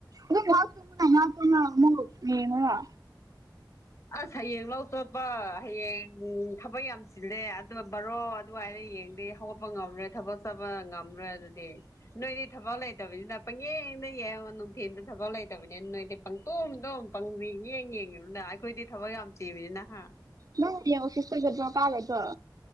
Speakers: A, on the right; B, on the left.
A: ꯑꯗꯨꯝ ꯉꯍꯥꯛꯇꯨꯝꯃꯨꯅꯦ ꯉꯍꯥꯛ ꯇꯨꯝꯔꯒ ꯑꯃꯨꯛ ꯌꯦꯡꯉꯨꯔ꯫
B: ꯑꯁ ꯍꯌꯦꯡ ꯂꯧ ꯇꯣꯠꯄ ꯍꯌꯦꯡ ꯊꯕꯛ ꯌꯥꯝ ꯆꯤꯜꯂꯦ ꯑꯗꯨ ꯕꯔꯣ ꯑꯗꯨꯋꯥꯥꯏꯅ ꯌꯦꯡꯗꯦ ꯍꯧꯒꯠꯄ ꯉꯝꯂꯣꯏ ꯊꯕꯛ ꯆꯠꯕ ꯉꯝꯂꯣꯏ ꯑꯗꯨꯗꯤ꯫ ꯅꯣꯏꯗꯤ ꯊꯕꯛ ꯂꯩꯇꯕꯅꯤꯅ ꯄꯪꯌꯦꯡꯗ ꯌꯦꯡꯉꯣ ꯅꯨꯡꯊꯤꯟꯗ ꯊꯕꯛ ꯂꯩꯇꯕꯅꯤꯅ ꯅꯣꯏꯗ ꯄꯪꯇꯨꯝ ꯇꯨꯝ ꯄꯪ ꯌꯦꯡ ꯌꯦꯡꯉꯤꯕꯅ ꯑꯩꯈꯣꯏꯗꯤ ꯊꯕꯛ ꯌꯥꯝ ꯆꯤꯃꯤꯅꯤꯅꯍꯥ꯫
A: ꯅꯪ ꯑꯣꯐꯤꯁꯇꯗꯣ <unintelligible> ꯀꯥꯒꯗꯔꯣ꯫